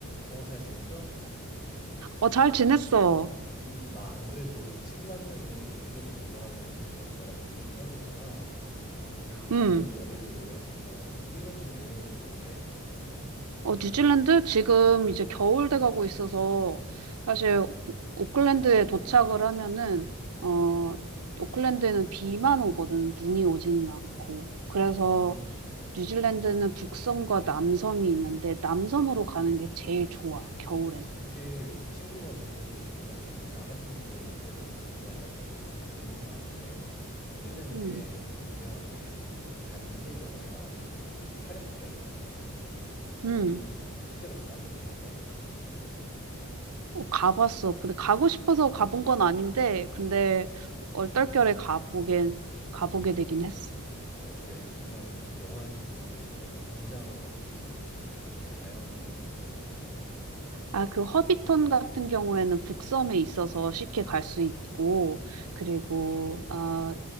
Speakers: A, on the left; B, on the right.
A: 어, 잘 지냈어?
B: 어, 잘 지냈어.
A: 음, 나 안 그래도 친구 한 명이 뉴질랜드 놀러 가려는데 너가 뉴질랜드 살고 있잖아. 그래서 좀 정보
B: 음.
A: 좀 얻으려고 연락했어. 뉴질랜드는 어때?
B: 어, 뉴질랜드? 지금 이제 겨울 돼가고 있어서 사실 오클랜드에 도착을 하면은, 어, 오클랜드에는 비만 오거든. 눈이 오지는 않고. 그래서
A: 음,
B: 뉴질랜드는 북섬과 남섬이 있는데 남섬으로 가는 게 제일 좋아, 겨울에는.
A: 사실 친구가 뉴질랜드 궁금해하겠는데 나 같은 경우도 뉴질랜드 가고 싶어가지고 궁금한 게 많은데 뉴질랜드에
B: 음.
A: 되게 유명한 게 반지의 제왕에 나왔던 그 촬영지가 있잖아.
B: 음.
A: 실제로 가봤어, 거기 한번?
B: 어, 가봤어. 근데 가고 싶어서 가본 건 아닌데, 근데 얼떨결에 가보게, 가보게 되긴 했어.
A: 어때? 정말 그 막 영화에서 보는 것처럼 웅장하고 그런 느낌이 아니면 그냥 자연 풍경이야? 어땠어?
B: 아, 그 허비턴 같은 경우에는 북섬에 있어서 쉽게 갈 수 있고, 그리고, 아,